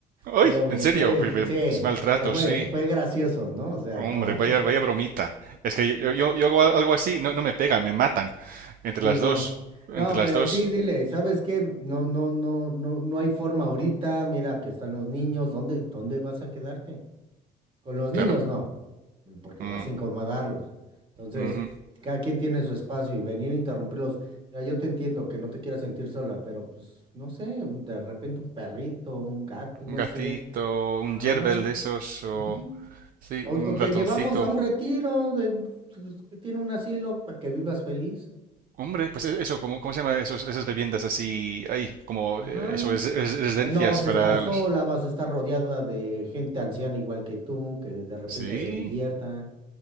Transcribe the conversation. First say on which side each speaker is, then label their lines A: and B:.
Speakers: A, on the right (about 30°); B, on the right (about 55°).
A: Pero
B: Ay,
A: pues,
B: en serio,
A: fue,
B: vi- vi-
A: sí,
B: maltrato,
A: pero fue,
B: sí.
A: fue gracioso, ¿no? O sea,
B: Hombre,
A: no,
B: vaya, vaya bromita. Es que yo, yo- yo hago algo así, no, no me pegan, me matan.
A: <laughs>
B: Entre
A: sí,
B: las
A: no.
B: dos. Entre
A: No,
B: las
A: pero
B: dos.
A: sí, dile, ¿sabes qué? No, no, no, no, no hay forma ahorita. Mira que están los niños. ¿Dónde, dónde vas a quedarte? Con los
B: Claro.
A: niños no, porque
B: Mm,
A: vas a incomodarlos. Entonces,
B: ujú.
A: cada quien tiene su espacio y venir a interrumpirlos. Mira, yo te entiendo que no te quieras sentir sola, pero pues no sé, de repente un perrito, un gato, no
B: Un gatito,
A: sé.
B: un
A: Ajá.
B: yerbel de esos, o...
A: ujú.
B: Sí,
A: O,
B: un
A: o te
B: ratoncito.
A: llevamos a un retiro de, pues, que tiene un asilo para que vivas feliz.
B: Hombre, pues e- eso, ¿cómo, cómo se llama esos, esas bebiendas así? Ahí, como...
A: Ajá.
B: eh, Eso, es, es- residencias
A: No vas
B: para
A: a estar sola,
B: los...
A: vas a estar rodeada de gente anciana igual que tú, que de repente
B: Sí,
A: se diviertan,